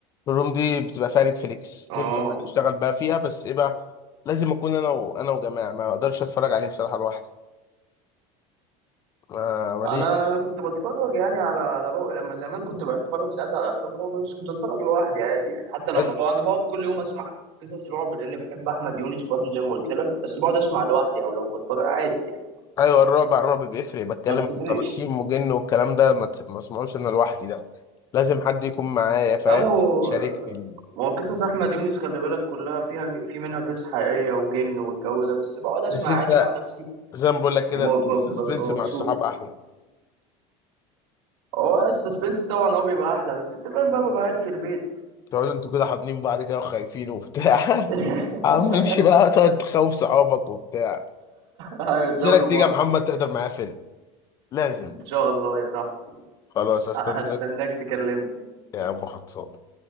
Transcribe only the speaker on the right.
اه
انا انا كنت بتفرج يعني على على رعب لما زمان كنت بتفرج ساعات على افلام رعب بس كنت بتفرج لوحدي عادي يعني حتى لما
بقى انا بقعد كل يوم اسمع قصص رعب لان بحب احمد يونس برضو زي ما قلت لك بس بقعد اسمع لوحدي او لو بتفرج عادي يعني
ما بتفرقش
لا ما هو
ما هو قصص احمد يونس خلي بالك كلها فيها في منها قصص حقيقيه وجن والجو ده بس بقعد اسمع
عادي مع نفسي
وببقى
مبسوط
هو السسبنس طبعا اه بيبقى احلى بس انت فاهم بقى ببقى قاعد في البيت
<laughs>
ايوه تزاولوا
بعض
ان شاء الله يا صاحبي
هستناك تكلمني